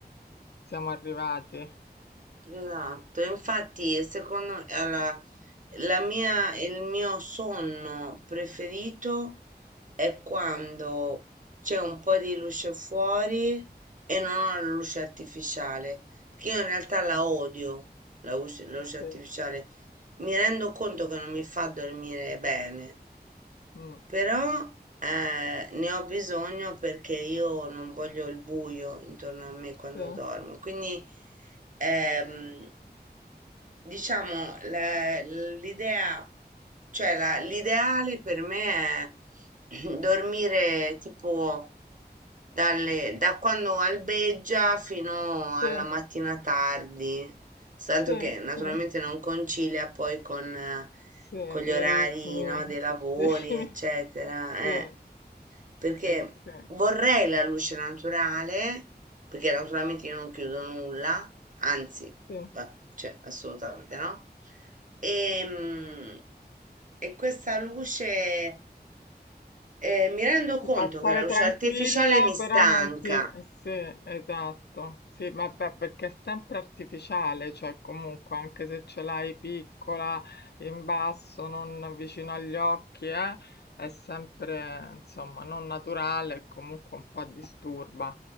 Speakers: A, on the left; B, on the right.
A: siamo arrivati.
B: Esatto, infatti secondo me alla- la mia, il mio sonno preferito è quando c'è un po' di luce fuori e non ho la luce artificiale, perché io in realtà la
A: Mm,
B: odio, la luce, la luce artificiale.
A: Sì,
B: Mi rendo conto che non mi fa dormire bene,
A: mm,
B: però eh, ne ho bisogno perché io non voglio il buio intorno a me quando
A: sì,
B: dormo, quindi... ehm, Diciamo, la- l'idea, cioè la- l'ideale per me è <clears throat> dormire tipo dalle- da quando albeggia fino
A: sì,
B: alla mattina tardi, tanto
A: sì,
B: che naturalmente
A: sì,
B: non concilia poi con, eh,
A: sì,
B: con gli
A: i
B: orari,
A: ritmi,
B: no, dei lavori,
A: sì, <laughs>
B: eccetera.
A: sì,
B: eh perché
A: sì, sì,
B: vorrei la luce naturale, perché naturalmente io non chiudo nulla, anzi,
A: sì.
B: va- cioè, assolutamente no. Ehm, E, questa luce, eh, mi rendo
A: Ti
B: conto
A: fa stare
B: che la luce
A: tranquilla,
B: artificiale mi stanca.
A: però non ti... Sì, esatto. Sì, vabbè, perché è sempre artificiale, cioè comunque anche se ce l'hai piccola, in basso, non vicino agli occhi, eh, è sempre, insomma, non naturale e comunque un po' disturba.